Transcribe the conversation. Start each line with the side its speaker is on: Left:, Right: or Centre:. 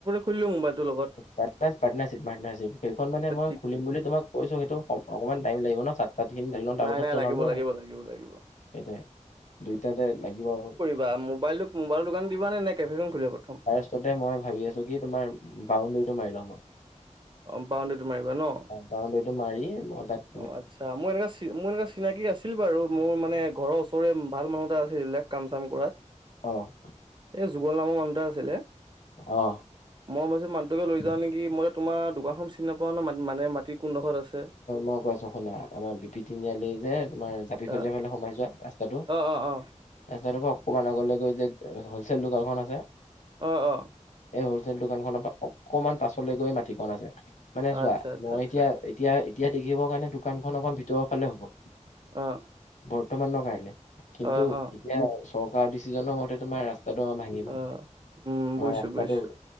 Right: খুলি লওঁ, মোবাইলটোৰ লগত।
Left: পাটনাৰ পাৰ্টনাৰশ্বিপ, পাৰ্টনাৰশ্বিপ। সেইখন মানে মই
Right: ঠিক
Left: খুলিম বুলি তোমাক কৈছোঁ। সেইটো - অ', অকমান টাইম লাগিব ন, চাত তাত খিনি দি লওঁ, তাৰ
Right: নাই
Left: পিছত
Right: নাই
Left: জনালোঁ,
Right: লাগিব, লাগিব, লাগিব।
Left: এতিয়া দুইটাতে লাগিব আৰু -
Right: বা মোবাইলোক মোবাইল দোকান দিবানে? নে কেফেখন খুলিবা প্ৰথম?
Left: পিছতে মই ভাবি আছোঁ কি, তোমাৰ বাউণ্ডেৰীটো মাৰি লওঁ মই।
Right: অ', বাউণ্ডেৰিটো মাৰিবা ন?
Left: বাউণ্ডেৰীটো মাৰি মই তাত -
Right: অ'আচ্ছা, মই এনেচি - মই এনেচি - চিনাকি আছিল বাৰু, মোৰ মানে ঘৰ ওচৰে ভাল মানুহ এটা আছিল কাম চাম কৰা।
Left: অ',
Right: এই যুগল নামৰ মানুহ এটা আছিলে।
Left: অ',
Right: মই ভাবিছোঁ মানুহটোকে লৈ যাওঁ নেকি? মই তোমাৰ দোকানখন চিনি নাপাওঁ ন, মানে মাটি কোন ডোখৰত আছে।
Left: অ', কৈ আছোঁ শুনা, আমাৰ বি পি তিনিআলি যে তোমাৰ - জাপি সজিয়া
Right: অ
Left: ফালে সোমাই যোৱা ৰাস্তাটো
Right: অ অ
Left: - ৰাস্তা টো পৰা অকণমান আগলৈ গৈ যে, হলচেল দোকানখন আছে।
Right: অ', অ',।
Left: এই হলচেল দোকান খনৰ পৰা অকমান পাছলৈ গৈ মাটিকণ আছে। মানে চোৱা
Right: আচ্ছা আচ্ছা
Left: মই
Right: আচ্ছা
Left: এতিয়া - এতিয়া, এতিয়া দেখিবৰ কাৰণে দোকানখন অকণ ভিতৰৰ ফালে হ'ব।
Right: অ
Left: বৰ্তমানৰ কাৰণে - কিন্তু
Right: অ অ
Left: এতিয়া চৰকাৰ ডিচিচনৰ মতে, তোমাৰ ৰাস্তাটো আমাৰ ভাঙিব।
Right: অ উম
Left: আমাৰ
Right: বুজিছো
Left: ৰাস্তাটো,
Right: বুজিছো